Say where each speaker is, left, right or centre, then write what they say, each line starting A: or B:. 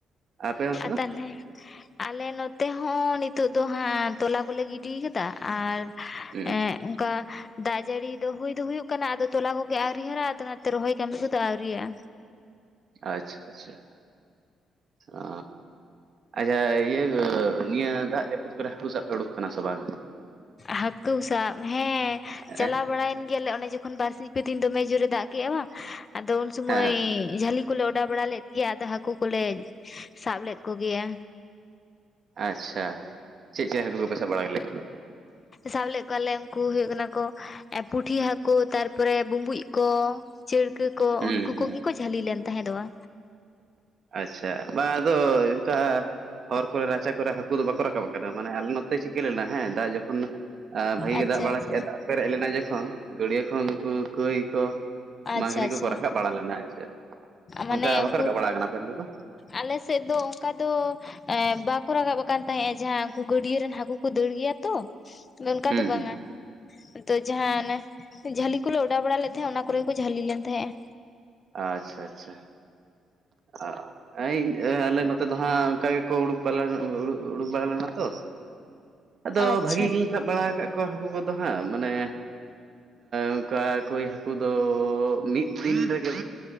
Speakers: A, on the right; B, on the left.
A: ᱟᱯᱮ ᱚᱱᱛᱮ
B: ᱟᱨ
A: ᱫᱚ
B: ᱛᱟᱦᱚᱞᱮ᱾ ᱟᱞᱮ ᱱᱚᱛᱮ ᱦᱚᱸ ᱱᱤᱛᱳᱜ ᱫᱚ ᱦᱟᱸᱜ ᱛᱚᱞᱟ ᱠᱚᱞᱮ ᱜᱤᱰᱤᱭ ᱟᱠᱟᱫᱟ ᱟᱨᱼᱼ
A: ᱦᱩᱸ᱾
B: ᱦᱮᱸ ᱚᱱᱠᱟ ᱫᱟᱜ ᱡᱟᱹᱲᱤ ᱫᱚ ᱦᱩᱭ ᱫᱚ ᱦᱩᱭᱩᱜ ᱠᱟᱱᱟ ᱟᱫᱚ ᱛᱚᱞᱟ ᱠᱚᱜᱮ ᱟᱹᱣᱨᱤ ᱦᱟᱨᱟᱜᱼᱟ ᱟᱫᱚ ᱚᱱᱟᱛᱮ ᱨᱚᱦᱚᱭ ᱠᱟᱹᱢᱤ ᱠᱚᱫᱚ ᱟᱣᱨᱤᱭᱟᱜᱼᱟ᱾
A: ᱟᱪᱪᱷᱟ ᱟᱪᱪᱷᱟ ᱟ᱾ ᱟᱪᱷᱟ ᱤᱭᱟᱹ ᱱᱤᱭᱟᱹ ᱫᱟᱜ ᱡᱟᱹᱯᱩᱫ ᱠᱚᱨᱮ ᱦᱟᱹᱠᱩ ᱥᱟᱵ ᱯᱮ ᱩᱰᱩᱠ ᱠᱟᱱᱟ ᱥᱮ ᱵᱟᱝᱼᱟ?
B: ᱦᱟᱹᱠᱩ ᱥᱟᱵ ᱦᱮᱸ ᱪᱟᱞᱟᱣ
A: ᱦᱮᱸ
B: ᱵᱟᱲᱟᱭᱮᱱ ᱜᱮᱭᱟᱞᱮ ᱚᱱᱮ ᱡᱚ ᱛᱚᱠᱷᱚᱱ ᱵᱟᱨᱥᱤᱧ ᱯᱮ ᱫᱤᱧ ᱫᱚᱢᱮ ᱡᱳᱨᱮ ᱫᱟᱜ ᱠᱮᱜᱼᱟ ᱵᱟᱝ ᱟᱫᱚ ᱩᱱ ᱥᱩᱢᱚᱭ
A: ᱦᱮᱸ
B: ᱡᱟᱹᱞᱤᱼᱼ ᱠᱩᱞᱮ ᱚᱸᱰᱟᱣ ᱵᱟᱲᱟ ᱞᱮᱫ ᱜᱮᱭᱟ ᱟᱫᱚ ᱦᱟᱹᱠᱩ ᱠᱚᱞᱮ ᱥᱟᱵ ᱞᱮᱫ ᱠᱚᱜᱮᱭᱟ᱾
A: ᱟᱪᱪᱷᱟ ᱪᱮᱫ ᱪᱮᱫ ᱦᱟᱹᱠᱩ ᱠᱚᱯᱮ ᱥᱟᱵ ᱵᱟᱲᱟ ᱞᱮ ᱠᱚᱭᱟ?
B: ᱥᱟᱵ ᱞᱮᱫ ᱠᱚᱣᱟᱞᱮ ᱩᱱᱠᱩ ᱦᱩᱭᱩᱜ ᱠᱟᱱᱟ ᱠᱚᱼᱼ ᱯᱩᱴᱷᱤ ᱦᱟᱹᱠᱩ ᱛᱟᱨᱯᱚᱨᱮ ᱵᱩᱢᱵᱩᱪ ᱠᱚ ᱪᱟᱹᱲᱠᱟᱹᱼᱼ ᱠᱚ
A: ᱦᱩᱸ
B: ᱩᱱᱠᱩ
A: ᱦᱩᱸ
B: ᱠᱚᱜᱮ ᱠᱚ ᱡᱷᱟᱹᱞᱤ ᱞᱮᱱ ᱛᱟᱦᱮᱸ ᱫᱚᱜᱼᱟ᱾
A: ᱟᱪᱪᱷᱟ ᱵᱟᱝ ᱟᱫᱚ ᱚᱱᱠᱟ ᱦᱚᱨ ᱠᱚᱨᱮ ᱨᱟᱪᱟ ᱠᱚᱨᱮ ᱦᱟᱹᱠᱩ ᱫᱚ ᱵᱟᱠᱚ ᱨᱟᱠᱟᱵ ᱠᱟᱱᱟ ᱢᱟᱱᱮ ᱟᱞᱮ ᱱᱚᱼᱼ ᱛᱮ ᱪᱤᱠᱟᱹ ᱞᱮᱱᱟ ᱦᱮᱸ ᱫᱟᱜ ᱡᱚᱠᱷᱚᱱ ᱵᱷᱟᱜᱮ ᱜᱮ
B: ᱟᱪᱪᱷᱟ
A: ᱫᱟᱜ ᱵᱟᱲᱟ
B: ᱟᱪᱪᱷᱟ
A: ᱠᱮᱫᱼᱟ ᱫᱟᱜ ᱯᱮᱨᱮᱡ ᱞᱮᱱᱟ ᱡᱚᱠᱷᱚᱱᱼᱼ ᱜᱟᱹᱰᱭᱟᱹ ᱠᱷᱚᱱ ᱩᱱᱠᱩ ᱠᱟᱹᱭ ᱠᱚ
B: ᱟᱪᱪᱷᱟ
A: ᱢᱟᱺᱜᱽᱨᱤ
B: ᱟᱪᱪᱷᱟ
A: ᱠᱚᱠᱚ ᱨᱟᱠᱟᱵ ᱵᱟᱲᱟ ᱞᱮᱱᱟ ᱪᱮᱫ᱾ ᱚᱱᱠᱟ
B: ᱢᱟᱱᱮ
A: ᱵᱟᱠᱚ
B: ᱩᱱᱠᱩ
A: ᱨᱟᱠᱟᱵ ᱵᱟᱲᱟ ᱟᱠᱟᱱᱟ ᱟᱯᱮ ᱚᱱᱛᱮ ᱫᱚ
B: ᱟᱞᱮ ᱥᱮᱫ ᱫᱚ ᱚᱱᱠᱟ ᱫᱚᱼᱼ ᱮᱸ ᱵᱟᱠᱚ ᱨᱟᱠᱟᱵ ᱟᱠᱟᱱ ᱛᱟᱦᱮᱸᱫ ᱡᱟᱦᱟᱸ ᱩᱱᱠᱩ ᱜᱟᱹᱰᱭᱟᱹ ᱨᱮᱱ ᱦᱟᱹᱠᱩ ᱠᱩ ᱫᱟᱹᱲ ᱜᱮᱭᱟ ᱛᱚᱼᱼ ᱚᱱᱠᱟ
A: ᱦᱩᱸ
B: ᱫᱚ ᱵᱟᱝᱟ᱾
A: ᱦᱩᱸ
B: ᱛᱚ ᱡᱟᱦᱟᱸ ᱚᱱᱮ ᱡᱷᱟᱹᱞᱤ ᱠᱚᱞᱮ ᱚᱰᱟᱣ ᱵᱟᱲᱟ ᱞᱮᱫ ᱛᱟᱦᱮᱸᱜ ᱚᱱᱟ ᱠᱚᱨᱮ ᱡᱷᱟᱹᱞᱤ ᱞᱮᱱ ᱛᱟᱦᱮᱸᱜᱼᱟ᱾
A: ᱟᱪᱪᱷᱟ ᱟᱪᱪᱷᱟ ᱚᱻ ᱮᱤᱧ ᱮ ᱟᱞᱮ ᱱᱚᱛᱮ ᱫᱚ ᱦᱟᱸᱜ ᱚᱱᱠᱟ ᱜᱮᱠᱚ ᱩᱰᱩᱠ ᱵᱟᱞᱟ ᱩᱰᱩᱠ ᱵᱟᱲᱟ ᱞᱮᱱᱟ ᱛᱚ᱾ ᱟᱫᱚ
B: ᱟᱪᱪᱷᱟ
A: ᱵᱷᱟᱹᱜᱤ ᱜᱤᱧ ᱥᱟᱵ ᱵᱟᱲᱟ ᱠᱟᱜ ᱠᱚᱣᱟ ᱦᱟᱹᱠᱩ ᱠᱚᱫᱚ ᱦᱟᱸᱜ ᱢᱟᱱᱮᱼᱼ ᱚᱱᱠᱟ ᱠᱳᱭ ᱦᱟᱹᱠᱩ ᱫᱚ ᱢᱤᱫ ᱫᱤᱱ ᱨᱮᱼᱼ -ᱜᱮ